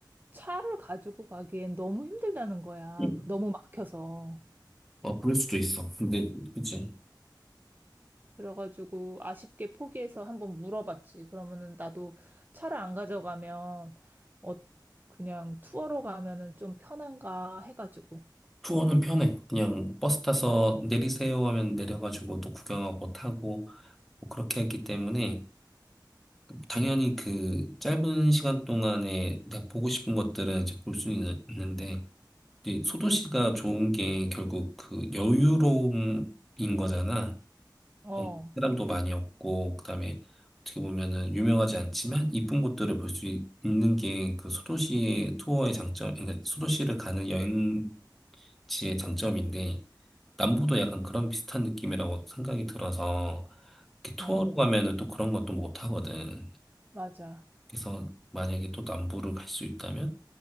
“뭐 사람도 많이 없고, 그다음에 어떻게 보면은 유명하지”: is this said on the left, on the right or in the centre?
Centre